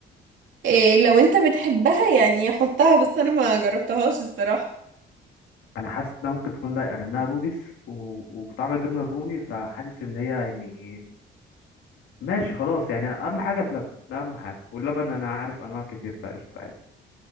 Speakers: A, on the right; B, on the left.
A: إيه لو انت بتحبها يعني حطها بس انا ما جربتهاش الصراحة
B: انا حاسس انها ممكن تكون لايقه لانها رودس و- وبطعم الجبنه الرومي فحاسس ان هي يعني ماشي خلاص يعني أنا اهم حاجه اللبن ده اهم حاجه واللبن انا عارف انواع كتير فقشطه عادي